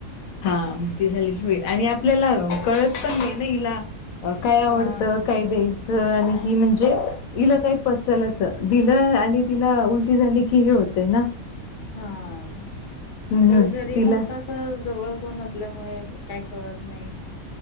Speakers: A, on the left (about 75°); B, on the left (about 50°).
A: हा मोठी झाली की होईल आणि आपल्याला कळत पण नाही ना हिला. अ काय आवडत
B: हां,
A: काय द्यायच आणि ही म्हणजे ईला काही पचल अस दिलं आणि तिला उलटी झाली की हे होतय ना,
B: हा
A: म्हणून
B: तर घरी
A: तिला
B: मोठ अस.. जवळ कोण असल्यामुळे काय कळत नाही.